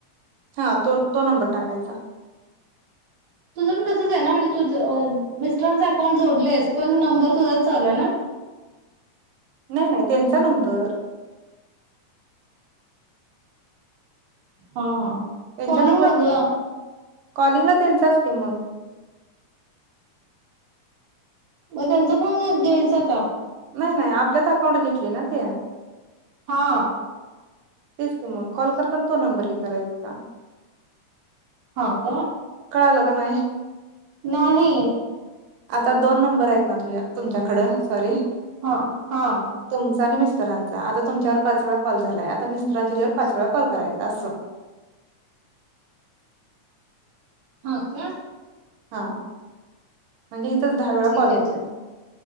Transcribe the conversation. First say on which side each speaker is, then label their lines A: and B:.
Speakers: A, on the right; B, on the right.
A: हा तो तो नंबर टाकायचा.
B: तुझं पण तसंच हाय ना म्हणजे मिस्टरांच अकाऊंट जोडलयस पण नंबर तुझाच चालू आहे ना.
A: नाही नाही त्यांचा नंबर.
B: हा हा.
A: त्यांच्या
B: कॉलिंग
A: नंबरला
B: ला ग?
A: कॉलिंगला त्यांचाच की मग.
B: मग त्यांचा फोन घेत घ्यायचा आता.
A: नाही नाही आपल्यात अकाउंट घेतलय ना ते.
B: हा.
A: तेच की मग कॉल करताना तो नंबर हे कराय हा.
B: हा का?
A: कळालं काय नाही?
B: नाही.
A: आता दोन नंबर आहेत ना, तुझ्या तुमच्याकडं सॉरी.
B: हा हा.
A: तुमचा आणि मिस्टरांचा. आता तुमच्यावर पाच वेळा कॉल झालाय. आता मिस्टरानच्या हेज्यावर पाच वेळा कॉल करायच अस.
B: हो का?
A: हा म्हणजे दहा वेळा
B: ठीक
A: कॉल
B: आहे
A: होते.
B: ठीक